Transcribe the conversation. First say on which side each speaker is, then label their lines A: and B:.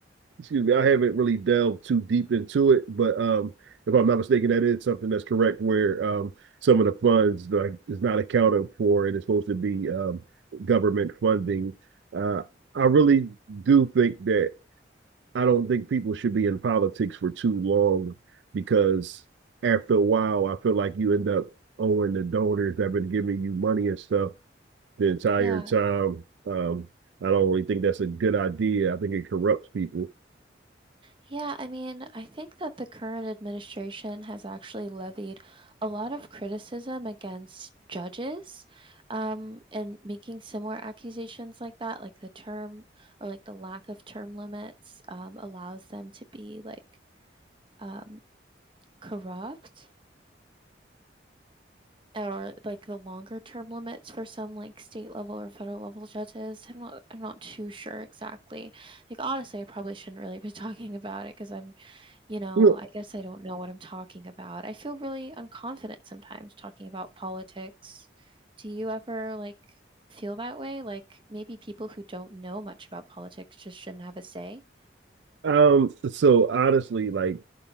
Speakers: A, on the right; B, on the right.
A: excuse me, I haven't really delved too deep into it, but um, if I'm not mistaken, that is something that's correct where um, some of the funds like is not accounted for and it's supposed to be um, government funding. Uh, I really do think that I don't think people should be in politics for too long because after a while, I feel like you end up owing the donors that have been giving you money and stuff the entire
B: Yeah.
A: time. Um, I don't really think that's a good idea. I think it corrupts people
B: Yeah, I mean, I think that the current administration has actually levied a lot of criticism against judges, um, and making similar accusations like that, like the term or, like, the lack of term limits, um, allows them to be, like, um, corrupt. or like the longer term limits for some like state level or federal level judges. I'm not I'm not too sure exactly. Like honestly, I probably shouldn't really be <laughs> talking about it because I'm, you know,
A: Look,
B: I guess I don't know what I'm talking about. I feel really unconfident sometimes talking about politics. Do you ever like feel that way? Like maybe people who don't know much about politics just shouldn't have a say?
A: um, so honestly, like,